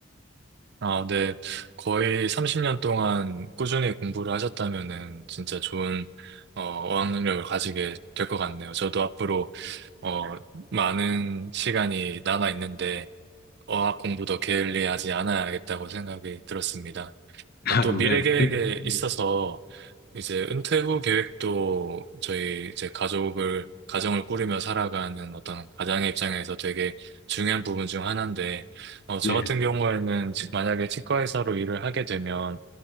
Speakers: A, on the right; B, on the left.
A: 아, 네. 거의 30년 동안 꾸준히 공부를 하셨다면은 진짜 좋은 어, 어학능력을 가지게 될 것 같네요. 저도 앞으로 어, 많은 시간이 남아 있는데 어학 공부도 게을리하지 않아야겠다고 생각이 들었습니다.
B: <laughs>
A: 또 미래
B: 네.
A: 계획에 있어서
B: 네,
A: 이제 은퇴 후 계획도 저희 이제 가족을, 가정을 꾸리며 살아가는 어떤 가장의 입장에서 되게 중요한 부분 중 하나인데, 어, 저
B: 네,
A: 같은 경우에는 치- 만약에 치과 의사로 일을 하게 되면,